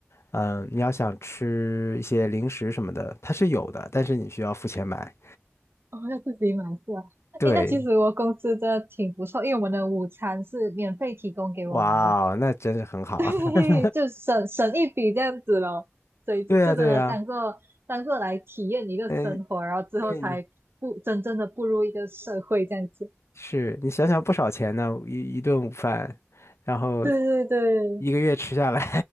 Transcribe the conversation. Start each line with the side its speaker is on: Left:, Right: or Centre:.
Left: 嗯，你要想吃一些零食什么的，它是有的，但是你需要付钱买。
Right: 哦，要自己买是吧？
Left: 对，
Right: 诶，那其实我公司的挺不错，因为我们的午餐是免费提供给我们的，
Left: 哇哦，那真的很好。
Right: <laughs> 对，
Left: <laughs>
Right: 就省省一笔这样子咯。所以就就真的当做当做来体验一个生活，
Left: 对呀，对呀，嗯，
Right: 然后之后才步真正的步入一个社会这样子。
Left: 对，是你想想不少钱呢，一一顿午饭，然后
Right: 对对对，
Left: 一个月吃下来